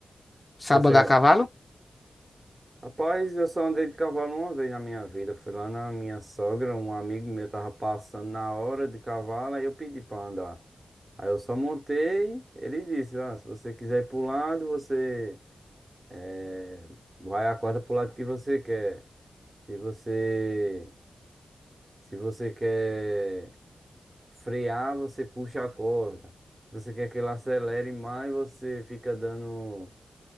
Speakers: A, on the left; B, on the right.
A: Sabe
B: Se você
A: andar a cavalo?
B: Rapaz, eu só andei de cavalo uma vez na minha vida. Fui lá na minha sogra, um amigo meu tava passando na hora de cavalo, aí eu pedi pra andar. Aí eu só montei, ele disse, ah, se você quiser ir pro lado, você eh, vai a corda pro lado que você quer. Se você se você quer frear, você puxa a corda. Se você quer que ele acelere mais, você fica dando